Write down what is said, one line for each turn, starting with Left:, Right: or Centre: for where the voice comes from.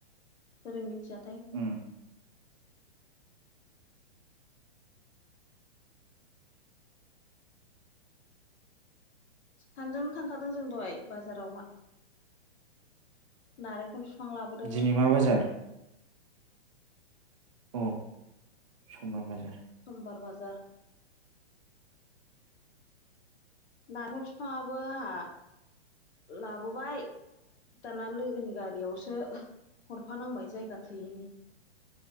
Left: बोरै मिन्थिया थाय
Right: उम।
Left: सानैजों थांखादों जों दहाय बाजाराव मा नारेंखल बिफां लाबोदों
Right: दिनै मा बाजार? अ समबार बाजार
Left: समबार बाजार नारखल फिफांआबो आंहा लाबोबाय दाना लोगोनि गारियावसो हरफानांबाय जायगा थोयैनि